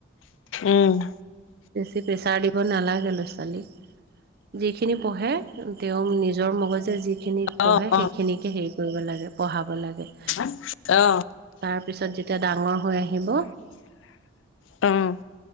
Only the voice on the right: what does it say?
বেছি প্ৰেছাৰ দিব নালাগে ল'ৰা ছোৱালীক। যিখিনি পঢ়ে তেওঁ নিজৰ মগজে যিখিনি
পঢ়ে
সেইখিনিকে হেৰি কৰিব লাগে। পঢ়াব লাগে।
তাৰ পিছত যেতিয়া ডাঙৰ হৈ আহিব